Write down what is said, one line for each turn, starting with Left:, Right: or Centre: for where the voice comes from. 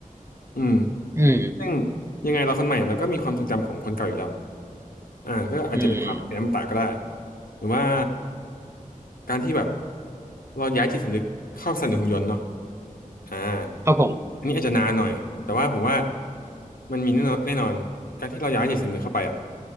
Left: อืม
Right: อืม
Left: ซึ่งยังไงเราคนใหม่เราก็มีความทรงจำของคนเก่าอยู่แล้วอ่าก็อาจจะเป็นความเป็นอมตะก็ได้
Right: อืม
Left: หรือว่า การที่แบบเราย้ายจิตสำนึกเข้าสนับสนุนหุ่นยนต์เนาะอ่า
Right: ครับผม
Left: อันนี้อาจจะนานหน่อยแต่ว่าผมว่ามันมีแน่นอนแน่นอน การที่เราย้ายจิตสำนึกเข้าไปอ่ะ